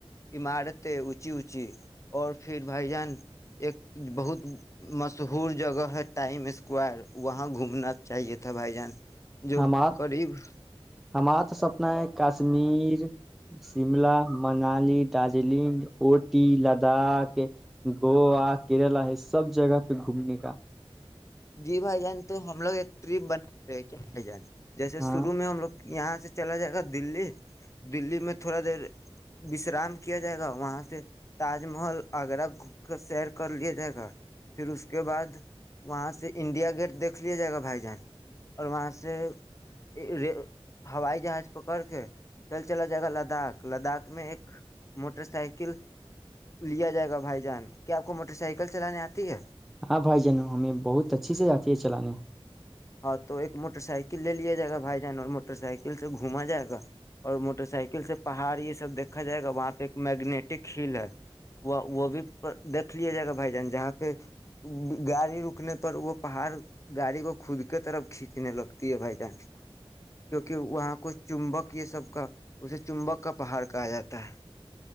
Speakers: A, on the left; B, in the centre.
A: عمارتچ اچی اچی اور پھر بھائی جان ایک بہت مشہور جگہ ہے ٹائم اسکوائر وہاں گھومنا چاہیے تھا بھائی جان جو
B: ہمار
A: قریب
B: ہمارا تو سپنا ہے کشمیر شملہ منالی دارجلنگ اٹی لداخ گووا کیرلا یہ سب جگہ پہ گھومنے کا
A: جی بھائی جان تو ہم لوگ ایک ٹرپ بنے کیا بھائی جان جیسے
B: ہاں
A: شروع میں ہم لوگ یہاں سے چلا جائے گا دللی دللی میں تھوڑا دیر وشرام کیا جائے گا وہاں سے تاج محل آگرہ گ کر سیر کر لیا جائے گا پھر اس کے بعد وہاں سے انڈیا گیٹ دیکھ لیا جائے گا بھائی جان اور وہاں سے ر ہوائی جہاز پکڑ کے چل چلا جائے گا لداخ لداخ میں ایک موٹر سائیکل لیا جائے گا بھائی جان کیا آپ کو موٹر سائیکل چلانے آتی ہے
B: ہاں بھائی جن ہمیں بہت اچھی سے جاتی ہے چلانے
A: ہاں تو ایک موٹر سائیکل لے لیا جائے گا بھائی جان اور موٹر سائیکل سے گھوما جائے گا اور موٹر سائیکل سے پہاڑی سب دیکا جائے گ وہاں پہ میگنیٹک ہیل ہے وہ وہ بھی دیکھ لیا جائے گا بھائی جان جہاں پہ گاڑی رکنے پر وہ پہاڑ گاڑی کو خود کی طرف کھینچنے لگتی ہے بھائی جان کیونکہ وہاں کو چمبک یہ سب کا اسے چمبک کا پہاڑ کہا جاتا ہے